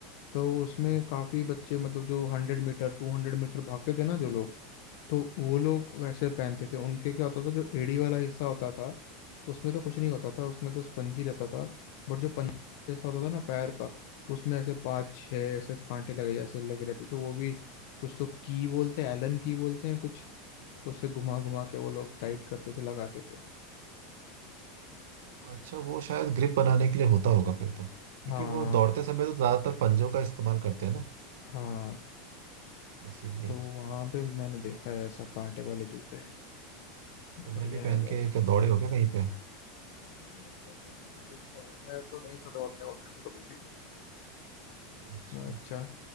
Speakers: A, on the left; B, on the right.
A: तो उसमें
B: अच्छा
A: काफी बच्चे मतलब जो hundred metre two hundred metre भागते थे ना जो लोग तो वो लोग वैसे पहनते थे उनके क्या होता था जो एड़ी वाला हिस्सा होता था उसमें तो कुछ नहीं होता था उसमें तो स्पंजी रहता था बट जो पंजा जैसा होता था ना पैर का उसमें ऐसे पाँच छह ऐसे कांटे लगे जैसे लगे रहते थे तो वो भी कुछ तो की बोलते हैं एलन की बोलते हैं कुछ उससे घुमा घुमा के वो लोग टाइट करते थे लगाते थे
B: अच्छा वो शायद ग्रिप बनाने के लिए होता होगा फिर तो क्योंकि
A: हाँ
B: वो दौड़ते समय तो ज्यादातर पंजों का इस्तेमाल करते हैं ना
A: हाँ
B: इसीलिए
A: तो वहां पे मैंने देखा है ऐसा कांटे वाले जूते
B: तुमने
A: बढ़िया
B: भी पहन
A: है भाई
B: के क्या दौड़े हो क्या कहीं पे
A: नहीं मतलब बस मैंने देखा है मैं तो नहीं था दौड़ने वौड़ने में कभी भी
B: अच्छा
A: ना अच्छा